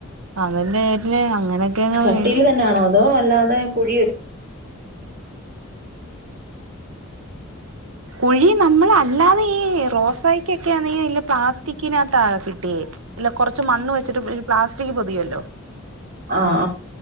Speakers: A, on the right; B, on the right.
A: അതിന്റെ പേരില് അങ്ങനെയൊക്കെ അങ്ങ്
B: ചട്ടിയില്
A: മേടിച്ച്
B: തന്നെയാണോ അതോ അല്ലാതെ കുഴിയെടുക്കു
A: കുഴീ നമ്മള് അല്ലാതെ ഈ റോസായ്കെക്കെ ആന്നെല്ലേ പ്ലാസ്റ്റിക്കിനകത്താ കിട്ടിയേ ഇല്ല കൊറച്ച് മണ്ണ് വെച്ചിട്ട് ഈ പ്ലാസ്റ്റിക് പൊതിയുല്ലോ
B: ആഹ്